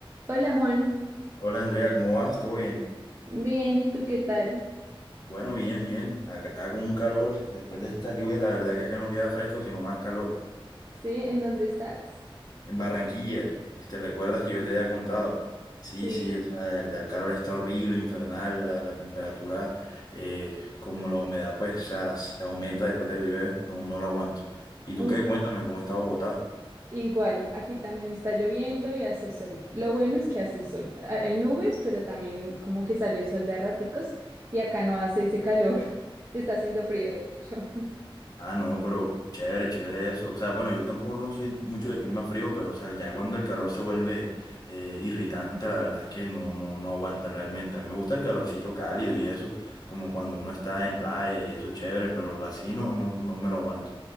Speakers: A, on the right; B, on the left.
A: Hola Juan,
B: Hola Andrea, ¿cómo vas? ¿Todo bien?
A: bien, ¿y tú qué tal?
B: Bueno, bien, bien. Acá con un calor, después de estas lluvias, la verdad que acá no queda fresco, sino más calor.
A: ¿Sí? ¿En dónde estás?
B: En Barranquilla, este, ¿recuerdas que yo te había contado? Sí,
A: Sí,
B: sí, o sea, de verdad, el calor está horrible, infernal, la, la temperatura, eh, como la humedad, pues, o sea, se aumenta después de que llueve, no, no lo aguanto. ¿Y
A: uy,
B: tú qué? Cuéntame, ¿cómo está Bogotá?
A: igual, aquí también está lloviendo y hace sol. Lo bueno es que hace sol. Ha- Hay nubes, pero también como que sale el sol de a raticos y acá no hace ese calor. <laughs> Está haciendo frío, de hecho. <laughs>
B: Ah, no, pero chévere, chévere eso. O sea, bueno, yo tampoco no soy mucho de clima frío, pero o sea, ya cuando el calor se vuelve eh, irritante, la verdad es que no, no, no aguanta realmente. A mí me gusta el calorcito cálido y eso, como cuando uno está en playa y eso chévere, pero así no, no, no me lo aguanto.